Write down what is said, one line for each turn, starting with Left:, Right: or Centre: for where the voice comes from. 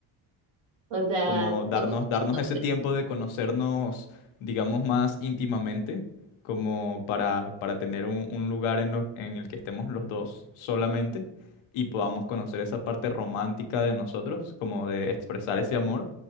Right: O sea,
Left: como darnos,
Right: como
Left: darnos
Right: entonces,
Left: ese tiempo de conocernos, digamos, más íntimamente, como para, para tener un, un lugar en, lo- en el que estemos los dos solamente y podamos conocer esa parte romántica de nosotros, como de expresar ese amor.